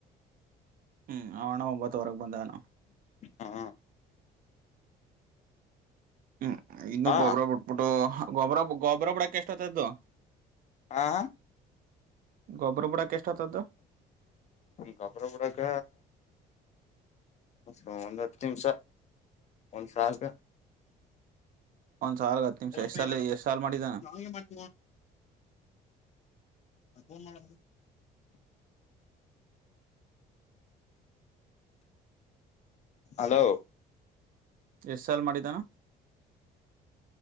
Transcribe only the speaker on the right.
ಹ್ಮ್ ಅವಣ ಒಂಬತ್ತವರೆಗೆ ಬಂದಾನು
ಹ್ಮ್ ಇನ್ನು
ಗೊಬ್ರಬ್ ಬಿಟ್ಬಿಟ್ಟು ಗೊಬ ಗೊಬರಳ ಎಷ್ಟ ಹೊತದ್ದು
ಗೊಬ್ಬರ ಬುಡಾಕ್ಕೆ ಎಷ್ಟತದ್ದು
ಒಂದ್ ಸಾಲ್ಗೆ ಹತ್ತು ನಿಮಿಷ
ಎಷ್ಟ್
ಸಾಲ
ಎಷ್ಟ್ ಸಾಲ್ ಮಾಡಿದಾನ
ಎಷ್ಟ ಸಲ್ ಮಾಡಿದ್ದಾನ